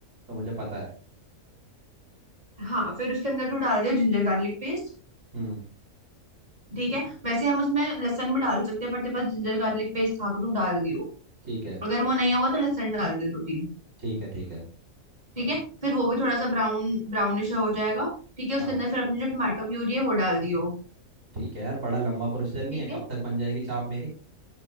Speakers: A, on the right; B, on the right.
A: तो मुझे पता है
B: हाँ फिर उसके अंदर तू डाल दियो जिंजर गार्लिक पेस्ट
A: हम्म
B: ठीक है वैसे हम उसमें लहसुन भी डाल सकते हैं पर तेरे पास जिंजर गार्लिक पेस्ट था तो तू डाल दियो
A: ठीक है
B: अगर वो नहीं होगा तो लहसुन डाल दियो दो तीन
A: ठीक है ठीक है
B: ठीक है फिर वो भी थोड़ा सा ब्राउन ब्राउनिश हो जाएगा ठीक है उसके
A: हाँ
B: अंदर फिर अपनी जो टमाटो प्यूरी है वो डाल दियो
A: ठीक है यार बड़ा लंबा प्रोसीजर नहीं
B: ठीक
A: है
B: है
A: कब तक बन जाएगी चाप मेरी